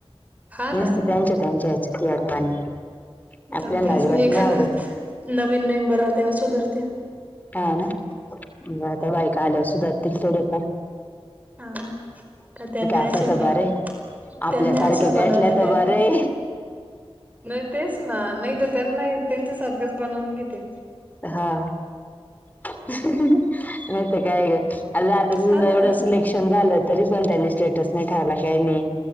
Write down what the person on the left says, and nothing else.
निसते त्यांच्या-त्यांच्या ह्याच्यात येड्यवाणी आपल्याला
अजिबात
नाही आवडत.
हा ना? म आता बायका आल्यावर सुधारतील थोडे फार.
असल्या
तर
बरे आपल्यासारखे
भेटल्या
तर
बरे
हा. नाही ते काय ग
एवढं
सिलेक्शन झालं तरी पण त्यानी स्टेटस नाही ठेवला काही नाही.